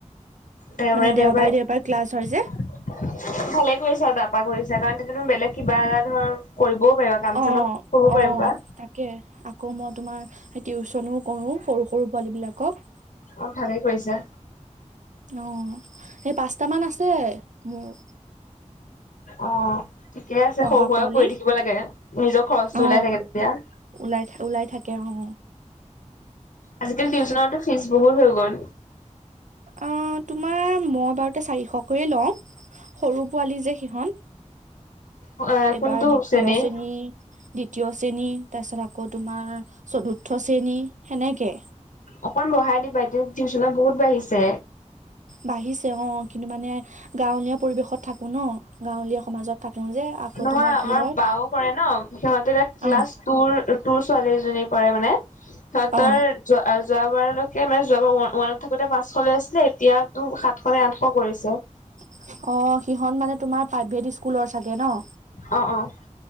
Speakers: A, on the left; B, on the right.
A: দেউবাৰে,
B: মানে দেওবাৰে
A: দেউবাৰে
B: দেওবাৰে ক্লাছ হয় যে
A: ভালে কৰিছা আৰু তাৰাপা কৰিছা কাৰণ তেতিয়া তুমি বেলেগ কিবা এটা ধৰ কৰিবও পাৰিবা কাম
B: অ
A: চামত কৰিব
B: অ
A: পাৰিব বা।
B: তাকে আকৌ মই তোমাৰ টিউচনো কৰো সৰু সৰু পোৱালী বিলাকক।
A: অ', ভালে কৰিছা।
B: অ', সেই পাঁচটামান আছে মোৰ।
A: অ', ঠিকে আছে
B: পঢ়া
A: সৰু সুৰাও
B: পোৱালি
A: কৰি থাকিব লাগে নিজৰ খৰচটো
B: অ
A: ওলাই থাকে তেতিয়া।
B: ওলাই থাৰে ওলাই থাকে অ'।
A: আজিকালি
B: তাকে
A: টিউচনতো ফিজ বহুত হৈ গ'ল।
B: অ', তোমাৰ মই বাৰুতে চাৰিশকৈয়ে লওঁ। সৰু পোৱালি যে সিহঁত
A: অ',
B: এইবাৰ
A: কোনটো
B: দ্বিতীয়
A: শ্ৰেণীৰ
B: শ্ৰেণী। দ্বিতীয় শ্ৰেণী তাৰপিছত আকৌ তোমাৰ চতুৰ্থ শ্ৰেণী সেনেকে।
A: অকণ বঢ়াই দিবা এতিয়া টিউশনত বহুত বাঢ়িছে।
B: বাঢ়িছে অ', কিন্তু মানে গাঁৱলীয়া পৰিৱেশত থাকোঁ ন গাঁৱলীয়া সমাজত থাকো যে। আকৌ
A: নহয়
B: তোমাৰ
A: আমাৰ
B: কি হয়
A: বাও কৰে ন সিহঁতে তাত
B: অ
A: লাষ্ট তোৰ তোৰ ছোৱালীজনী পৰে মানে
B: অ
A: তোৰ যোৱা যোৱাবাৰলৈকে মানে যোৱাবাৰ ওৱানত থাকোতে পাঁচশ লৈ আছিলে এতিয়াতো সাতশ নে আঠশ কৰিছে।
B: অ', সিহত মানে তোমাৰ প্ৰাইভেট স্কুলৰ চাগে ন।
A: অ', অ'।